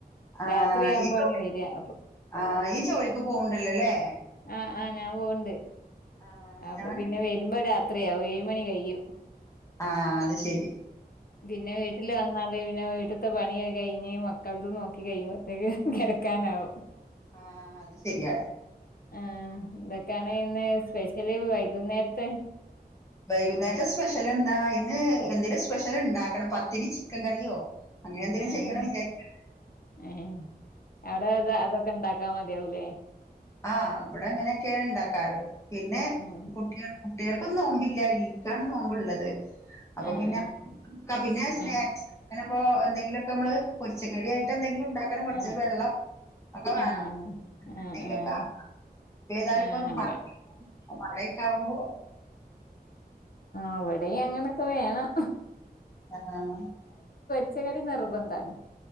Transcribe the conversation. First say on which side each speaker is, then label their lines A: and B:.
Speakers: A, on the left; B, on the left.
A: ആഹ്
B: രാത്രിയാവുമ്പോണ
A: ഈ ജോലി
B: വര അപ്പൊ
A: ആഹ് ഈ ജോലിക്ക് പോവ്ണ്ടല്ലോല്ലേ
B: ആഹ ആനാ പോവ്ണ്ട്
A: ആഹ്
B: അപ്പൊ
A: ഞാന്
B: പിന്നെ വരുമ്പോ രാത്രിയാക ഏഴ മണി കഴും
A: ആഹ അത് ശരി
B: പിന്നെ വീട്ടില് വന്നാല് പിന്നെ വീട്ട് പണി കഴിഞ്ഞഞ് മക്കള നോക്കി കഴിയുമ്പോഴത്തേക്ക് കെടക്കാനാാവും
A: ആഹ അത് ശരിയ
B: ആഹ എന്തൊക്കെയാണ് ഇന്ന് സ്പെഷ്യലി വൈകുന്നേരത്തെ
A: വൈകുന്നേരത്തെ സ്പെഷ്യൽ എന്താ ഇന്ന് എന്തെങ്കലും സ്പെഷ്യൽ ണ്ടാക്കണം പത്തിരി ചിക്കൻ കറിയോ അങ്ങനെ എന്തേങ്കിലും
B: ആഹ്
A: ചെയ്യണം വിചാരിക്ക് ണ്ട്
B: ഏഹ് അവിടെ അ അതൊക്കെ ഇണ്ടാക്കാ മതിയാവുലേ
A: ആഹ ഇവിടെ അങ്ങനെയൊക്കെയാണ് ഉണ്ടാക്കാറ് പിന്നെ
B: ആഹ്
A: കുട്ട്യാൾ ട്ടിയെൾക്കൊന്നും നോമ്പില്ല ഇൻക്കാണ് നോമ്പുള്ളത് അപ്പൊ
B: ആഹ്
A: പിന്നെ ക്കാ പിന്നെ സ്നാക്സ്
B: ആഹ്
A: അങ്ങനെപ്പോൊ എന്തെിലൊക്കെ നമ്മള് കൊറച്ച കടിയായിട്ട് എന്തെങ്കില ഉണ്ട കു
B: ആഹ്
A: വെള്ളം ഒക്കെ വേണം
B: ആഹ് ആഹ്
A: ന്തേങ്കിലൊക്കെ
B: ആഹ്
A: ഏതാലും
B: ആഹ്
A: ഇപ്പഴ മഴൊക്കെ ആാവുമ്പോ
B: അവിടെ അങ്ങനൊക്കെ വേണം
A: ആഹ
B: പൊരിച്ചകടി നിർബന്ധമാണ്